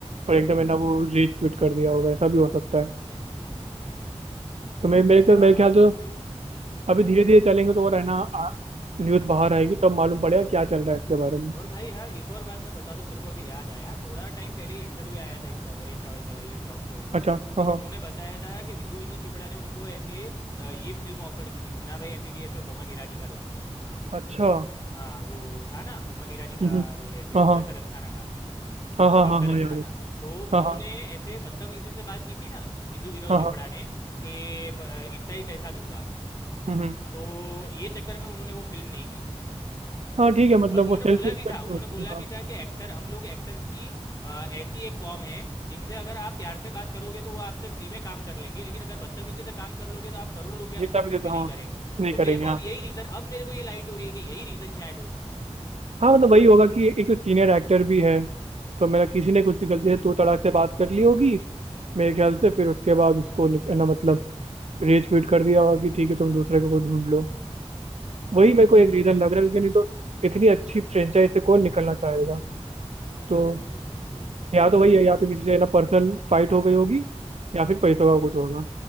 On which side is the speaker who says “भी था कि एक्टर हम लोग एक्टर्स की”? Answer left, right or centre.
Left